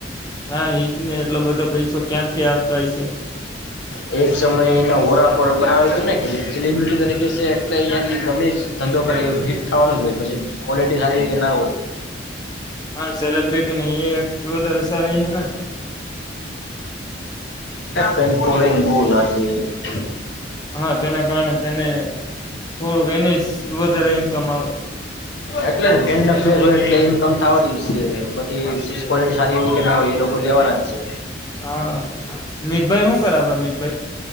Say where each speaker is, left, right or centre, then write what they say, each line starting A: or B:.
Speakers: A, on the left (about 20°); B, on the left (about 65°).
A: હા એજ ને એટલો બધો પૈસો ક્યાંથી આવતા હોય છે
B: <inaudible> એક સમય એના હોરા પર બનાવે હતું ને કે જે સેલિબ્રિટી તરીકે છે એટલે અ ગમે ધંધો કરી હિટ થવાનો જ હોય પછી ક્વોલિટી સારી હોય કે ના હોય
A: હા સેલિબ્રિટીની એ એક વધારે સારી છે ને
B: <inaudible> હમ <inaudible> <inaudible>
A: હા તેના કારણે તેને થોડુંક એની વધારે ઈન્કમ આવે
B: એટલેને પેન ન હોય એટલે ઇન્કમ થવાની છે બાકી ક્વોલિટી સારી હો કે ના હોય એ લોકો લેવાના જ છે
A: હા મિતભાઈ શું કરે આપડા મિતભાઈ